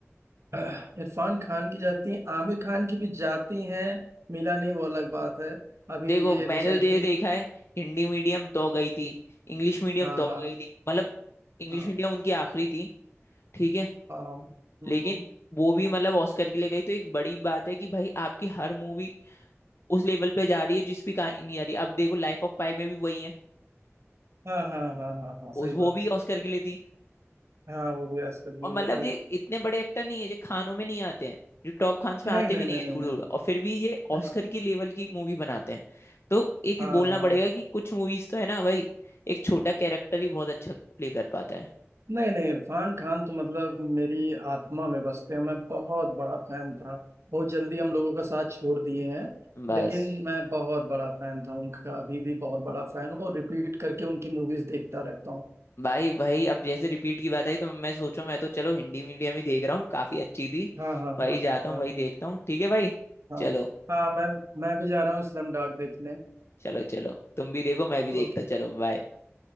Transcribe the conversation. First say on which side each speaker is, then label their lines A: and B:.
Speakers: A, on the right; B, on the left.
A: <clears throat> इरफान खान की जाती हैं आमिर खान की भी जाती हैं मिला नहीं वो अलग बात है अभी
B: देखो
A: ये
B: मैंने
A: रिसेंटली
B: तो ये देखा है हिंदी मीडियम तो गई थी इंग्लिश मीडियम
A: हाँ
B: तो
A: हाँ
B: गई थी मतलब इंग्लिश
A: हाँ
B: मीडियम उनकी आखिरी थी ठीक है
A: हाँ हाँ, हम्म,
B: लेकिन
A: हम्म,
B: वो भी मतलब ऑस्कर के लिए गई तो एक बड़ी बात है कि भाई आपकी हर मूवी उस लेवल पे जा रही है जिस भी कहानी नहीं आ रही अब देखो लाइफ ऑफ पाई में भी वही है
A: हाँ हाँ हाँ हाँ हाँ सही
B: उस वो
A: बात
B: भी ऑस्कर के लिए थी
A: हाँ वो भी आजकल भी
B: और मतलब
A: हुए थे
B: ये इतने बड़े एक्टर नहीं है जो खानों में नहीं आते हैं जो टॉप खान्स में
A: नहीं
B: आते
A: नहीं
B: भी नहीं
A: नहीं
B: है
A: नहीं
B: दूर
A: नहीं
B: दूर और फिर भी ये ऑस्कर
A: नहीं
B: की लेवल की मूवी बनाते हैं तो एक
A: हाँ
B: बोलना
A: हाँ
B: पड़ेगा कि कुछ मूवीज तो है ना भाई एक छोटा कैरेक्टर ही बहुत अच्छा प्ले कर पाता है
A: नहीं नहीं इरफान खान तो मतलब मेरी आत्मा में बसते हैं मैं बहुत बड़ा फैन था बहुत जल्दी हम लोगों का साथ छोड़ दिए हैं
B: बस
A: लेकिन मैं बहुत बड़ा फैन था उनका अभी भी बहुत बड़ा फैन हूँ और रिपीट करके उनकी मूवीज देखता रहता हूँ
B: भाई भाई अब जैसे रिपीट की बात आई तो मैं सोचो मैं तो चलो हिंदी मीडियम ही देख रहा हूँ काफी अच्छी थी
A: हाँ हाँ
B: वही
A: हाँ
B: जाता
A: हाँ
B: हूँ वही देखता हूँ ठीक है भाई
A: हाँ
B: चलो
A: हाँ मैं मैं भी जा रहा हूँ स्लम डॉग देखने
B: चलो चलो तुम भी देखो मैं भी देखता
A: ओके
B: चलो बाय